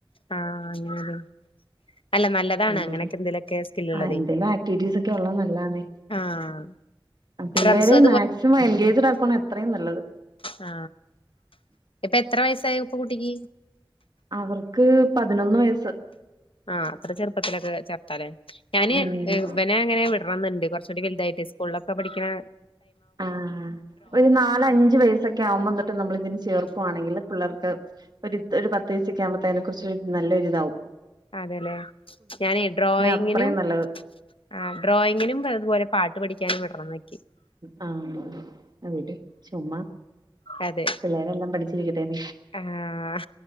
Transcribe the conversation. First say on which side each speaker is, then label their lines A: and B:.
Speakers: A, on the left (about 85°); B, on the right (about 50°).
A: ആഹ് അങ്ങനെല്ലേ അല്ല നല്ലതാണ്
B: എന്തെങ്കിലും
A: അങ്ങനെയൊക്കെ എന്തേലൊക്കെ സ്കില് ഉള്ളതേ
B: ആ എന്തെല്ലാം ആക്ടിവിറ്റീസ്ക്ക് ഒള്ളത് നല്ലാതാണേ
A: ആഹ്
B: പിള്ളേര്
A: ഡ്രംസും
B: മാക്സിമം എൻകേജ്ടാകോണാ എത്രം നല്ലത്
A: ആ ഇപ്പത്ര വയസ്സായി ഉ പു കുട്ടിക്ക്
B: അവർക്ക് പതിനൊന്ന് വയസ്സ്
A: ആ അത്ര ചെർപ്പത്തിലൊക്കെ തലെ ഞാനി
B: ഉം
A: ബനങ്ങനെ വിടണംന്ന്ണ്ട് കൊർ ക്കൂടി വൽതായിട്ട് സ്കൂളിലൊക്കെ പഠിക്ക്ണെ
B: ആ ഒരു നാലഞ്ച് വയസ്സൊക്കെ ആവുമ്പൊ ന്നട്ട് നമ്മള്തിന് ചേർക്കുവാണെങ്കില് പിള്ളേർ ട്ട് ഒരിത് ഒരി പത്തീസൊക്കെ ആവുമ്പത്തേനെ കുറിച്ച് നല്ലൊരു ഇതാവും
A: അതെലേ ഞാനയ് ട്രോയിങ്ങിനും
B: അത്രയും നല്ലത്
A: ആ ട്രോയിങ്ങിനും അത് പോലെ പാട്ട് പഠിക്കാനും വിട് <unintelligible>
B: ആ ങ്ങട്ട് ചുമ്മ
A: അതെ
B: പിള്ളേരല്ലാം പഠി ചിരിക്കും
A: ആഹ്